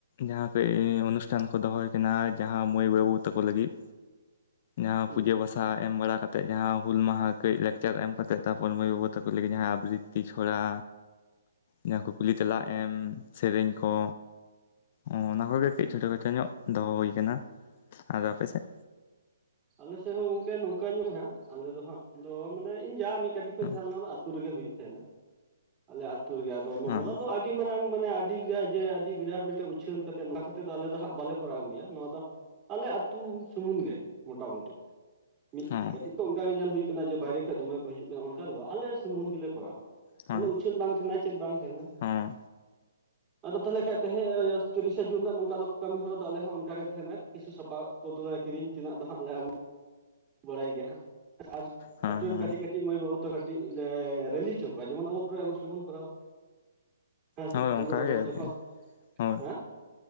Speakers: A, on the left; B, on the right.
A: ᱡᱟᱦᱟᱸ ᱠᱟᱹᱡ ᱚᱱᱩᱥᱴᱷᱟᱱ ᱠᱚ ᱫᱚᱦᱚ ᱦᱩᱭ ᱠᱟᱱᱟ ᱡᱟᱦᱟᱸ ᱢᱟᱹᱭ ᱵᱟᱹᱵᱩ ᱛᱟᱠᱚ ᱞᱟᱹᱜᱤᱫ
B: <inaudible>
A: ᱡᱟᱦᱟᱸ
B: ᱦᱩᱸ
A: ᱯᱩᱡᱟᱹ
B: ᱦᱩᱸ
A: ᱵᱟᱥᱟ ᱮᱢ ᱵᱟᱲᱟ ᱠᱟᱛᱮᱜ ᱡᱟᱦᱟᱸ ᱦᱩᱞ ᱢᱟᱦᱟ ᱠᱟᱹᱡ ᱞᱟᱠᱪᱟᱨ ᱮᱢ ᱠᱟᱛᱮᱜ ᱛᱟᱨᱯᱚᱨ ᱢᱟᱹᱭ ᱵᱟᱹᱵᱩ ᱛᱟ ᱠᱚ ᱞᱟᱹᱜᱤᱫ ᱡᱟᱦᱟᱸ ᱟᱵᱨᱤᱛᱤ ᱪᱷᱚᱲᱟ᱾ ᱡᱟᱦᱟᱸ ᱠᱩᱠᱞᱤ ᱛᱮᱞᱟ ᱮᱢ ᱥᱮᱨᱮᱧ ᱠᱚ᱾ ᱚ ᱚᱱᱟ ᱠᱚᱜᱮ
B: ᱦᱩᱸ
A: ᱠᱟᱹᱡ ᱪᱷᱳᱴᱳ
B: ᱦᱩᱸ
A: ᱠᱷᱟᱴᱚ ᱧᱚᱜ ᱫᱚᱦᱚ ᱦᱩᱭ ᱠᱟᱱᱟ ᱟᱫᱚ ᱟᱯᱮᱥᱮᱫ
B: ᱟᱞᱮ ᱥᱮᱫ ᱦᱚᱸ ᱜᱚᱝᱠᱮ ᱱᱚᱝᱠᱟ ᱧᱚᱜ ᱜᱮ ᱦᱟᱸᱜ ᱟᱞᱮ ᱫᱚ ᱦᱟᱸᱜ ᱫᱚ ᱢᱟᱱᱮ ᱤᱧ ᱡᱟ ᱢᱤᱫ ᱠᱟᱹᱴᱤᱡ ᱠᱷᱚᱡ
A: ᱦᱮᱸ
B: ᱛᱟᱦᱮᱸ ᱞᱮᱱᱟ ᱚᱱᱟ ᱫᱚ ᱟᱛᱩ ᱨᱮᱜᱮ ᱦᱩᱭᱩᱜ ᱛᱟᱦᱮᱱᱟ᱾ ᱟᱞᱮ ᱟᱹᱛᱩ ᱨᱮᱜᱮ ᱟᱫᱚ
A: ᱦᱮᱸ
B: ᱫᱚ ᱟᱹᱰᱤ ᱟᱹᱰᱤ ᱢᱟᱨᱟᱝ ᱢᱟᱱᱮ ᱟᱹᱰᱤ ᱡᱮ ᱟᱹᱰᱤ ᱵᱤᱨᱟᱴ ᱢᱤᱫᱴᱮᱱ ᱩᱪᱷᱟᱹᱱ ᱠᱟᱛᱮᱫ ᱚᱱᱠᱟ ᱠᱟᱛᱮ ᱫᱚ ᱟᱞᱮ ᱫᱚ ᱦᱟᱸᱜ ᱵᱟᱞᱮ ᱠᱚᱨᱟᱣ ᱜᱮᱭᱟ ᱱᱚᱣᱟ ᱫᱚ ᱟᱞᱮ ᱟᱹᱛᱩ ᱥᱩᱢᱩᱝ ᱜᱮ ᱢᱚᱴᱟᱢᱩᱴᱤ ᱢᱤᱫ
A: ᱦᱮᱸ
B: ᱠᱟᱹᱴᱤᱡ ᱚᱱᱠᱟ ᱜᱮ ᱧᱮᱞ ᱦᱩᱭ ᱠᱟᱱᱟ ᱡᱮ ᱵᱟᱭᱨᱮ ᱠᱷᱚᱱ ᱫᱚᱢᱮ ᱠᱚ ᱦᱤᱡᱩᱜ ᱠᱟᱱᱟ ᱚᱱᱠᱟ ᱫᱚ ᱵᱟᱝ ᱟᱞᱮ ᱥᱩᱢᱩᱝ ᱜᱮᱞᱮ ᱠᱚᱨᱟᱣᱟ᱾
A: ᱦᱮᱸ
B: ᱠᱳᱱᱳ ᱩᱪᱷᱟᱹᱱ ᱵᱟᱝ ᱛᱟᱦᱮᱱᱟ ᱪᱮᱫ ᱵᱟᱝ ᱛᱟᱦᱮᱱᱟ
A: ᱦᱮᱸ
B: ᱟᱫᱚ ᱛᱟᱦᱚᱞᱮ ᱠᱷᱟᱡ <unintelligible> ᱛᱤᱨᱤᱥ ᱥᱮ ᱡᱩᱱ ᱨᱮᱱᱟᱜ ᱱᱚᱝᱠᱟ ᱫᱚ ᱠᱟᱹᱢᱤ ᱦᱚᱨᱟ ᱫᱚ ᱟᱞᱮ ᱦᱚᱸ ᱚᱱᱠᱟ ᱜᱮ ᱛᱟᱦᱮᱱᱟ ᱠᱤᱪᱷᱩ ᱥᱟᱯᱟᱯ ᱠᱚᱫᱚ ᱠᱤᱨᱤᱧ ᱛᱮᱱᱟᱜ ᱫᱚ ᱦᱟᱜ ᱞᱮ ᱟᱹᱜᱩ ᱵᱟᱲᱟᱭ ᱜᱮᱭᱟ ᱦᱟᱸᱜ
A: ᱦᱮᱸ
B: ᱟᱨᱛᱳ ᱨᱮᱱ
A: ᱦᱮᱸ
B: ᱠᱟᱹᱴᱤᱡ ᱠᱟᱹᱴᱤᱡ ᱠᱟᱹᱴᱤᱡ ᱢᱟᱹᱭ ᱵᱟᱹᱵᱩ ᱛᱟᱠᱚ ᱠᱟᱹᱤᱡ ᱞᱮ ᱨᱮᱞᱤ ᱪᱚ ᱠᱚᱣᱟ ᱡᱮᱢᱚᱱ ᱟᱵᱚ ᱯᱚᱱᱨᱳᱭ ᱟᱜᱚᱥᱴ ᱨᱮᱵᱚᱱ ᱠᱚᱨᱟᱣᱟ᱾ ᱦᱮᱸ ᱥᱮ
A: ᱦᱳᱭ
B: ᱯᱚᱱᱮᱨᱚᱭ
A: ᱚᱱᱠᱟᱜᱮ
B: ᱟᱜᱚᱥᱴ
A: ᱟᱨᱠᱤ
B: ᱡᱚᱠᱷᱚᱱ
A: ᱦᱳᱭ
B: ᱦᱮᱸ,